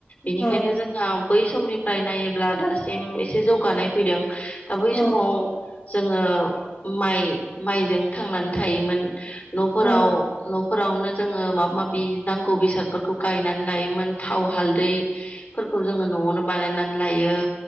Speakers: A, on the left; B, on the left.
A: इ बेखायनो
B: औ
A: जोंहा बै समनिफ्राय नायोब्ला दासिम एसे जौगानाय फैदों दा बै
B: औ
A: समाव जोंङो माइ माइजों थांनानै थायोमोन। न'फोराव
B: औ
A: न'फोरावनो जोंङो माबा माबि नांगौ बेसादफोरखौ गायनानै लायोमोन थाव हालदै। फोरखौ जोंङो न'आवनो बानायनानै लायो।